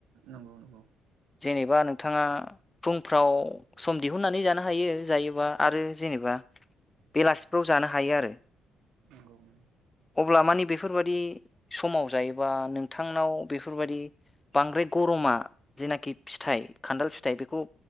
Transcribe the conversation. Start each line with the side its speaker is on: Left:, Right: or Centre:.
Right: नंगौ नंगौ
Left: जेनेबा नोंथाङा फुं फ्राव सम दिहुननानै जानो हायो जायोबा आरो जेनेबा बेलासिफ्राव जानो हायो आरो
Right: नंगौ नोंगौ
Left: अब्ला मानि बेफोरबायदि समाव जायोबा नोंथांनाव बेफोरबायदि बांद्राय गरमा जेनाखि फिथाइ खान्दाल फिथाइ बेखौ